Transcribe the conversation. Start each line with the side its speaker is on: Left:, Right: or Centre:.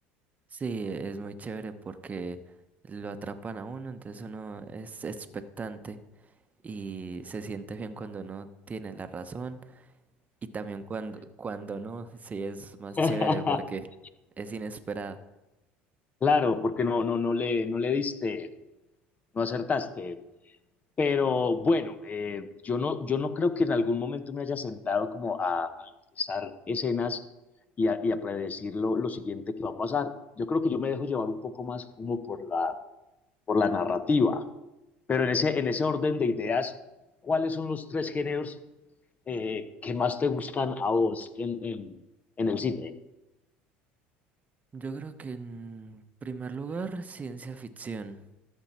Right: Sí, es muy chévere porque lo atrapan a uno, entonces uno es expectante y se siente bien cuando uno tiene la razón y también cuando, cuando no, sí es más
Left: <laughs>
Right: chévere porque es inesperado.
Left: Claro, porque no, no, no le, no le diste, no acertaste. Pero bueno, eh, yo no, yo no creo que en algún momento me haya sentado como a, a analizar escenas y a, y a predecir lo, lo siguiente que va a pasar. Yo creo que yo me dejo llevar un poco más como por la, por la narrativa. Pero en ese, en ese orden de ideas, ¿cuáles son los tres géneros eh, que más te gustan a vos en, en, en el cine?
Right: Yo creo que en primer lugar, ciencia ficción.